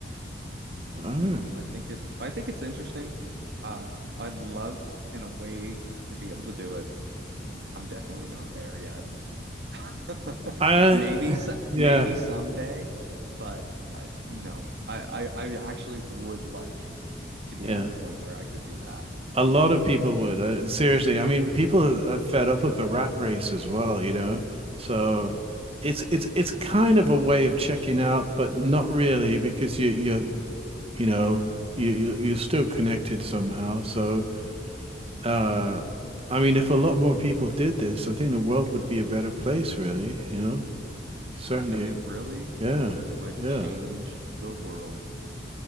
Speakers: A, on the right (about 65°); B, on the right (about 35°).
A: yeah,
B: Oh,
A: No,
B: yeah.
A: I think it's I think it's interesting. Uh, I'd love in a way to be able to do it. I'm definitely not there yet. <laughs>
B: I
A: Maybe so,
B: yeah
A: maybe someday, but I, you know, I, I I actually would like to be
B: yeah.
A: at a point where I could do that.
B: A lot of people would. Uh, seriously, I mean, people are are fed up of the rat race as well. You know, so it's it's it's kind of a way of checking out, but not really because you you you know you you- you're still connected somehow. So. Uh, I mean, if a lot more people did this, I think the world would be a better place, really, you know? Certainly.
A: I think it really
B: Yeah.
A: would. It would
B: Yeah.
A: change the world.